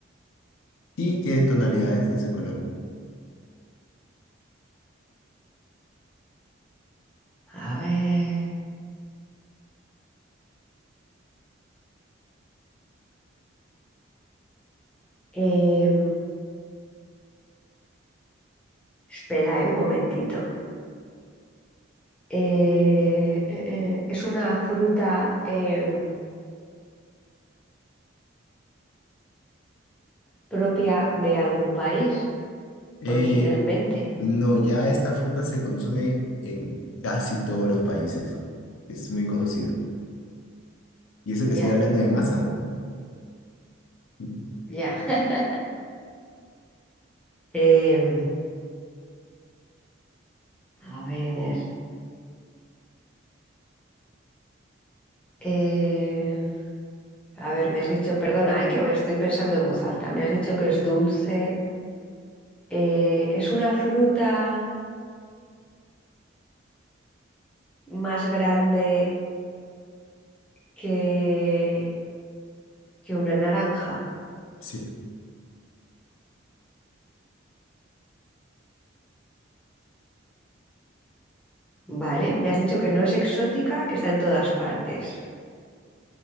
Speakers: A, on the left; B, in the centre.
A: Sí, tiene tonalidades de ese color.
B: A ver. eh, espera, eh, un momentito. eh, eh, eh, ¿es una fruta eh, propia de algún país
A: Eh,
B: originalmente?
A: no, ya esta fruta se consume en casi todos los países. Es muy conocida. Y eso
B: Ya,
A: que estoy hablando de masa. ¿ah? <laughs>
B: ya. <laughs> Eh, a ver, eh, a ver, me has dicho, perdona, eh, que estoy pensando en voz alta, me has dicho que es dulce. Eh, ¿es una fruta más grande que, que una naranja?
A: Sí,
B: Vale, me has dicho que no es exótica, que está en todas partes.